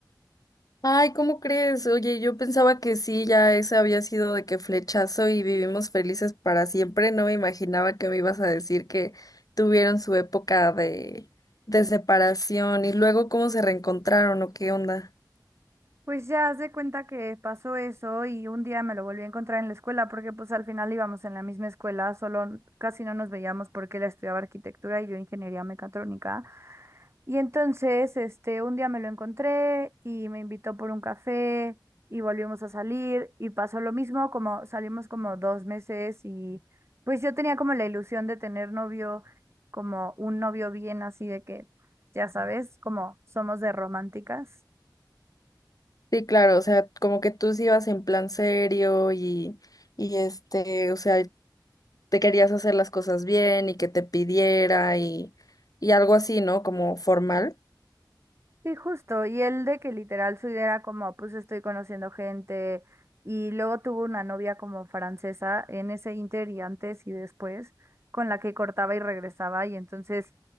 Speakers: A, on the left; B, on the right.
A: Ay, ¿cómo crees? Oye, yo pensaba que sí, ya ese había sido de que flechazo y vivimos felices para siempre. No me imaginaba que me ibas a decir que tuvieron su época de, de separación y luego cómo se reencontraron o qué onda.
B: Pues ya haz de cuenta que pasó eso y un día me lo volví a encontrar en la escuela porque pues al final íbamos en la misma escuela, solo n- casi no nos veíamos porque él estudiaba arquitectura y yo ingeniería mecatrónica. Y entonces, este, un día me lo encontré y me invitó por un café y volvimos a salir y pasó lo mismo, como salimos como dos meses y pues yo tenía como la ilusión de tener novio, como un novio bien así de que, ya sabes, como somos de románticas.
A: Sí, claro, o sea, como que tú sí ibas en plan serio y, y este, o sea, te querías hacer las cosas bien y que te pidiera y, y algo así, ¿no? Como formal.
B: Sí, justo. Y él de que literal su idea era como, pues estoy conociendo gente. Y luego tuvo una novia como francesa en ese inter y antes y después, con la que cortaba y regresaba. Y entonces,